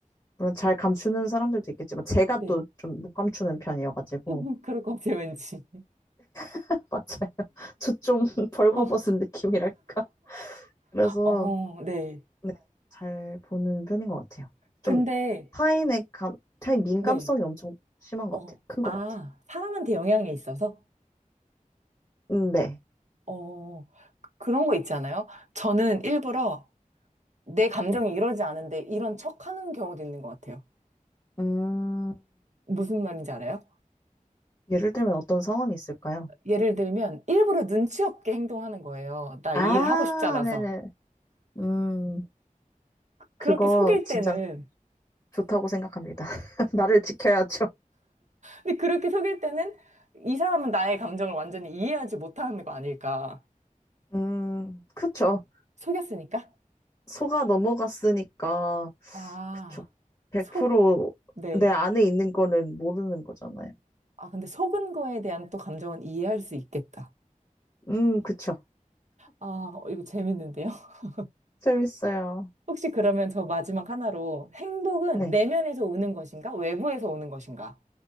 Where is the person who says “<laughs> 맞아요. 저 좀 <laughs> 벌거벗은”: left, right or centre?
Left